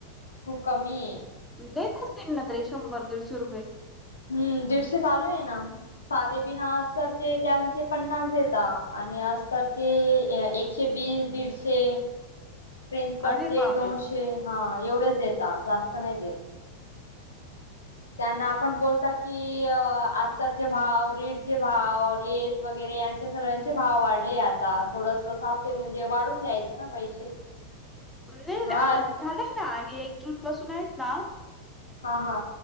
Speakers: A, on the left (about 70°); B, in the centre.
A: खूप कमी आहे
B: देतचतील ना ते शंभर दीडशे रुपये
A: हम्म दीडशे चालू आहे ना साधे बिना अस्तरचे त्यांचे पन्नास देेत आणि अस्तरचे एक एकशे वीस दीडशे प्रिन्स कटचे
B: अरे बापरे!
A: दोनशे हा एवढेच देता जास्त नाय देत. त्यांना आपण बोलतात की अस्तरचे भाव रीढचे भाव लेस वगैरे यांचे सगळ्यांचे भाव वाढले आहेतत आता थोडस सावते म्हणजे वाढून द्यायचं ना पैसे
B: नाही
A: हा
B: झालंय ना आम्ही एक जून पासून आहेत ना
A: हा हा